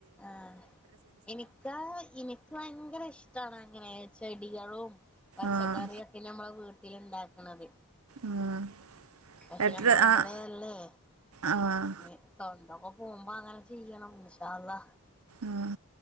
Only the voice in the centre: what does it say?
ആഹ് ഇനിക്കാ ഇനി ക്ക് ഭയങ്കര ഇഷ്ട്ടാണ് അങ്ങനെ ചെടികളും പച്ചക്കറിയൊ
പിന്നെ അമ്മളെ വീട്ടിലിണ്ടാക്ക്ണത്
പഷേ
നമ്മൾ ഇബടയല്ലേ
ഞ് സ്വന്തൊക്കെ പോവുമ്പോ അങ്ങനെചെയ്യണം ഇൻഷാള്ള.